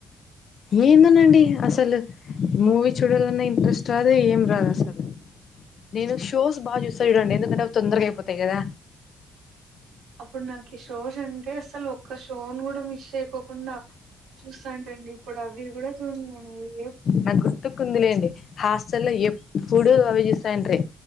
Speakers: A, on the left; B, on the right.
A: ఏందోనండి అసలు మూవీ చూడలన్న ఇంట్రెస్ట్ రాదు ఏం రాదు అసలు నేను షోస్ బాగ చూస్త చూడండి ఎందుకంటవి తొందరగ అయిపోతయి కదా
B: అప్పుడు నాకి షోస్ అంటే అసలు ఒక్క షోను కూడ మిస్ చేయకోకుండా చూస్తాంటండి ఇప్పుడు అవ్వి గూడ చూడనెనేయి
A: నాక్ గుర్తుకుందిలేండి హాస్టల్లో ఎప్పుడూ అవ్వే జూస్తాండ్రీ